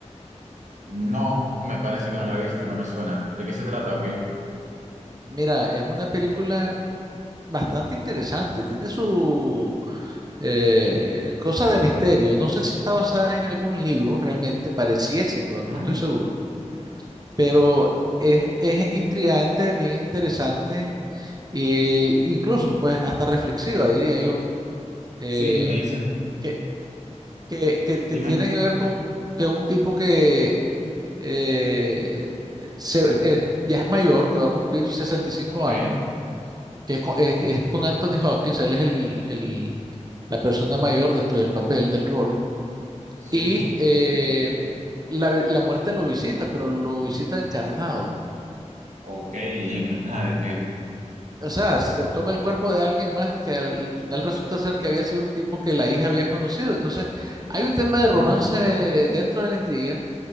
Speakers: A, on the right (about 80°); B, on the right (about 30°).
A: No, me parece que no la he visto, no me suena. ¿De qué se trata o qué?
B: Mira, es una película bastante interesante, tiene su Eh, cosa de misterio. No sé si está basada en algún libro realmente, pareciese, pero
A: ¿Ah?
B: no estoy seguro. Pero es, es intrigante, bien interesante e incluso pues hasta reflexiva, diría yo. Eh,
A: Sí, me dicen.
B: que, que, que, que
A: Dime.
B: tiene que ver con que un tipo que eh, se- eh, ya es mayor, que va a cumplir sesenta y cinco
A: Ok.
B: años, que es con, es,
A: Ujú.
B: es con Anthony Hopkins, él es el, el- la persona mayor dentro del papel, del rol
A: Sí.
B: Y eh, la, la muerte lo visita, pero lo visita encarnado.
A: Ok, ¿y encarnada de qué?
B: O sea, se toma el cuerpo de alguien más que al final resulta ser que había sido un tipo que la hija había conocido. Entonces, hay un tema de romance
A: Ujú.
B: dentro de la intriga,